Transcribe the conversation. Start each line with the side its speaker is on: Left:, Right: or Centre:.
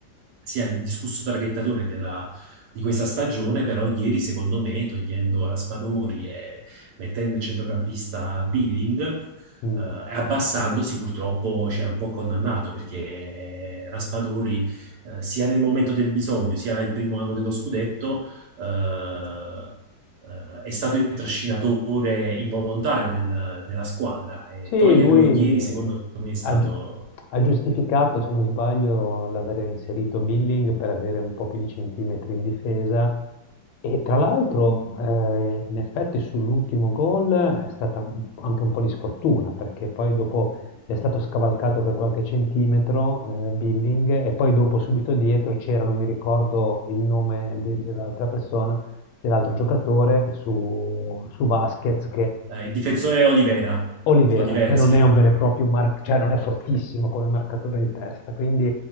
Right: sia l'indiscusso traghettatore della di questa stagione, però ieri secondo me, togliendo Raspadori e mettendo il centrocampista Billing eh,
Left: Mm.
Right: e eh, abbassandosi purtroppo ci ha un po' condannato perché Raspadori eh, sia nel momento del bisogno, sia il primo anno dello scudetto, eh, è stato il trascinatore involontario del- della squadra e
Left: Sì,
Right: toglierlo
Left: lui
Right: ieri
Left: eh,
Right: secondo me è stato
Left: ha, gi- ha giustificato, se non sbaglio, l'aver inserito Billing per avere un po' più di centimetri in difesa. E tra l'altro, eh, in effetti, sull'ultimo gol è stata un- anche un po' di sfortuna, perché poi dopo è stato scavalcato per qualche centimetro, eh, Billing, e poi dopo subito dietro c'era, non mi ricordo il nome de- dell'altra persona, dell'altro giocatore su, su Vasquez,
Right: eh, il difensore Olivera,
Left: Olivera,
Right: Olivera
Left: che non
Right: si chiama
Left: è un vero e proprio marc cioè non è fortissimo come marcatore di testa, quindi